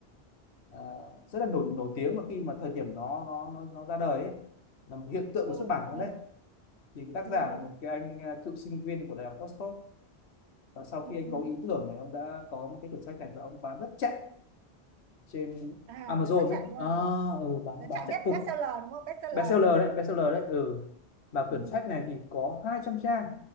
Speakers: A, on the left; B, on the right.
A: ờ, rất là nổi nổi tiếng mà khi mà thời điểm nó nó nó, nó ra đời ấy là một hiện tượng
B: Ừ,
A: của xuất bản luôn
B: ừ,
A: đấy thì cái tác
B: đúng,
A: giả
B: đúng.
A: là một cái anh à, cựu sinh viên của đại học Oxford và sau khi
B: Ừ,
A: anh
B: ừ,
A: có ý
B: ừ.
A: tưởng này ông đã có một cái quyển sách này và ông bán rất chạy trên
B: À,
A: Amazon
B: nó rất
A: đấy
B: chạy luôn
A: à,
B: hả?
A: ừ, bán
B: Nó
A: bán
B: chạy
A: chạy
B: nhất
A: cực
B: bestseller đúng không? Bestseller.
A: bestseller đấy bestseller đấy ừ và quyển
B: Ừ.
A: sách này thì có 200 trang